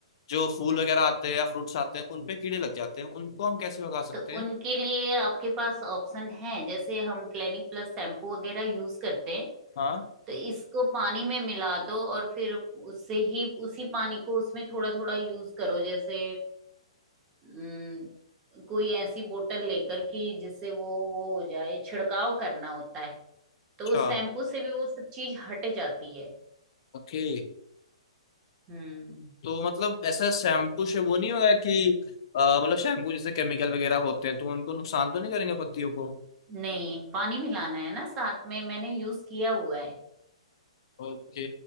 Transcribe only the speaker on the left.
जो फूल वगैरह आते हैं या फ्रूट्स आते हैं उन पे कीड़े लग जाते हैं उनको हम कैसे भगा सकते
हैं
हाँ
अच्छा
ओके
तो मतलब ऐसा शैम्पू से वो नहीं होगा कि अ, मतलब शैम्पू जैसे केमिकल वगैरह होते हैं तो उनको नुकसान तो नहीं करेंगे पत्तियों को
ओके